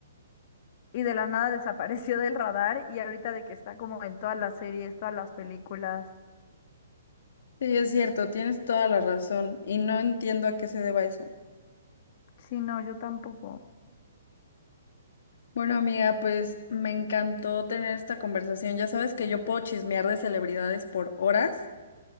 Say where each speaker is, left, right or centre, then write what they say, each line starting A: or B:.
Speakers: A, on the left; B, on the left.
A: y de la nada <laughs> desapareció del radar y ahorita de que está como en todas las series, todas las películas.
B: Sí, es cierto, tienes toda la razón y no entiendo a qué se deba eso.
A: Sí, no, yo tampoco.
B: Bueno, amiga, pues me encantó tener esta conversación. Ya sabes que yo puedo chismear de celebridades por horas